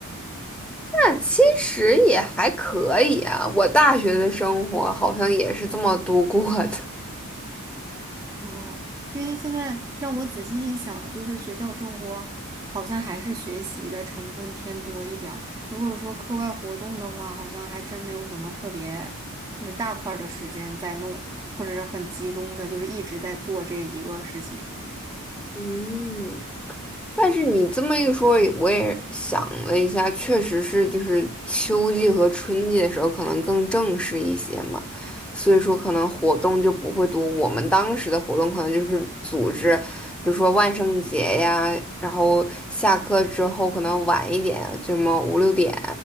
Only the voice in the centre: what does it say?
那其实也还可以啊，我大学的生活好像也是这么度过的。
嗯，但是你这么一说，我也想了一下，确实是就是秋季和春季的时候可能更正式一些嘛，所以说可能活动就不会多。我们当时的活动可能就是组织，比如说万圣节呀，然后下课之后可能晚一点，这么五六点，